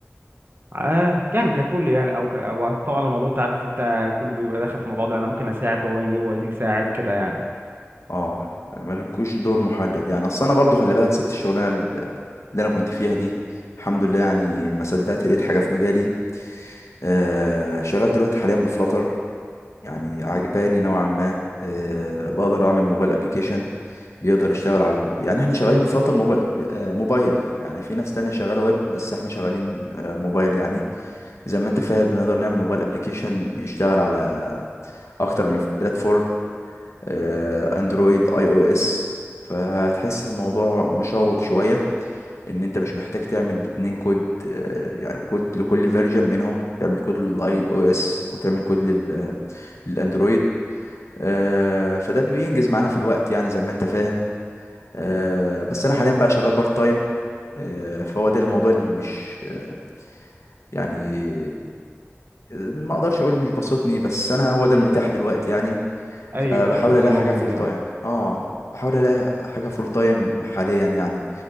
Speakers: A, on the right (about 45°); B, on the left (about 75°).
A: آه يعني ككل يعني او ك... أو طبعا الموضوع انت عارف انت كله بيبقى داخل في مع بعضه يعني انا ممكن اساعد هو يجي هو يجي يساعد كده يعني
B: اه يعني مالكوش دور محدد يعني اصل انا برضو خلي بالك سبت الشغلانه ال- اللي انا كنت فيها دي الحمد لله يعني ما صدقت لقيت حاجه في مجالي آه شغال دلوقتي حاليا بفلاتر يعني عجباني نوعا ما آه بقدر اعمل موبايل ابلكيشن بيقدر يشتغل على يعني احنا شغالين بفلاتر موبايل, آه موبايل يعني في ناس تانية شغاله ويب بس احنا شغالين آه موبايل يعني زي ما انت فاهم بنقدر نعمل موبايل ابلكيشن يشتغل على اكتر من بلاتفورم آه، اندرويد اي او اس فهتحس الموضوع مشوق شوية ان انت مش محتاج تعمل اتنين كود آه، يعني كود لكل فيرجن منهم تعمل كود للاي او اس وتعمل كود لل للاندرويد آه، فده بينجز معانا في الوقت يعني زي ما انت فاهم آه، بس انا حاليا بقى شغال بارت تايم آه، فهو ده الموضوع اللي مش آه، يعني ما اقدرش اقول مش بسطني بس انا هو ده المتاح دلوقتي يعني
A: ايوه
B: فبحاول
A: ايوه ده
B: الاقي
A: اللي موجود
B: حاجه فول
A: يعني
B: تايم اه بحاول الاقي حاجه فول تايم حاليا يعني